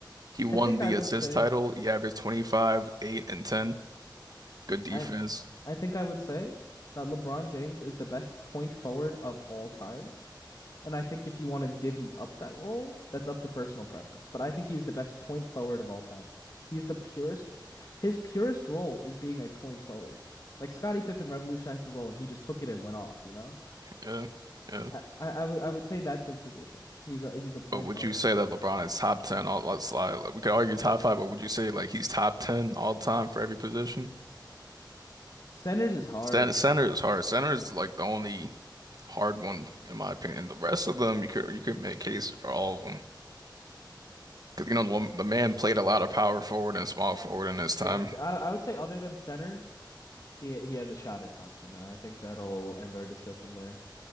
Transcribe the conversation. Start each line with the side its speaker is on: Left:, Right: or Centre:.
Right: He won
Left: I think
Right: the
Left: I would
Right: assist
Left: say,
Right: title. He averaged 25, 8, and 10. Good defense.
Left: I, I think I would say that LeBron James is the best point forward of all time. And I think if you want to divvy up that role, that's up to personal preference. But I think he's the best point forward of all time. He's the purest. His purest role is being a point forward. Like Scottie Pippen revolutionized the role and he just took it and went off, you know?
Right: Yeah, yeah.
Left: I, I, would I would say that's his position. He's a he's a point
Right: But would
Left: forward.
Right: you say that LeBron is top 10 all let's like, we could argue top five, but would you say like he's top 10 all time for every position?
Left: Centers is hard.
Right: Center, center is hard. Center is like the only hard one in my opinion. The rest of them, you could you could make cases for all of them because you know the, the man played a lot of power forward and small forward in his time.
Left: I got you. I, I would say other than center, he he has a shot at top ten, and I think that'll end our discussion there.